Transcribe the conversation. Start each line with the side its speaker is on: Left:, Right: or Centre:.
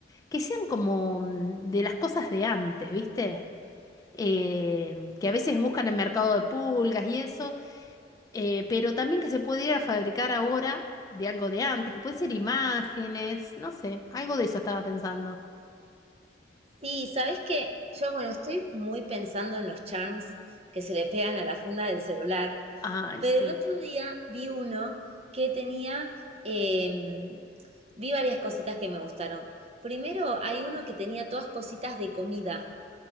Left: que sean como mm, de las cosas de antes, ¿viste? Eh, que a veces buscan en mercado de pulgas y eso, eh, pero también que se puede ir a fabricar ahora de algo de antes, que pueden ser imágenes, no sé, algo de eso estaba pensando.
Right: Sí, ¿sabés qué? Yo, bueno, estoy muy pensando en los charms que se le pegan a la funda del celular,
Left: Ay,
Right: pero
Left: sí,
Right: el otro día vi uno que tenía, em, vi varias cositas que me gustaron. Primero, hay uno que tenía todas cositas de comida.